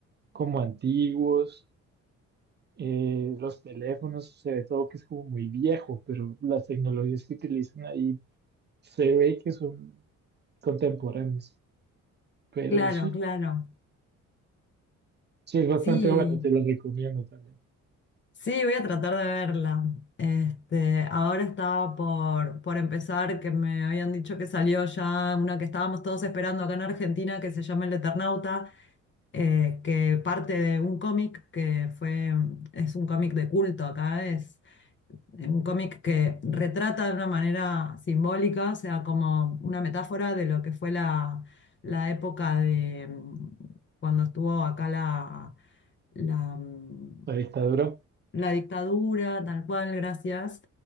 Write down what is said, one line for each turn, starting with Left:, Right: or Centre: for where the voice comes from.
Right: como antiguos. eh, los teléfonos, se ve todo que es como muy viejo, pero las tecnologías que utilizan ahí se ve que son contemporáneas. Pero
Left: claro,
Right: sí,
Left: claro.
Right: sí es bastante
Left: Sí,
Right: bueno, te lo recomiendo también.
Left: sí, voy a tratar de verla. Este, ahora estaba por, por empezar, que me habían dicho que salió ya una que estábamos todos esperando acá en Argentina, que se llama El Eternauta, eh, que parte de un cómic que fue, es un cómic de culto acá, es. Es un cómic que retrata de una manera simbólica, o sea, como una metáfora de lo que fue la, la época de mm, cuando estuvo acá la, la, mm,
Right: La dictadura,
Left: la dictadura, tal cual, gracias.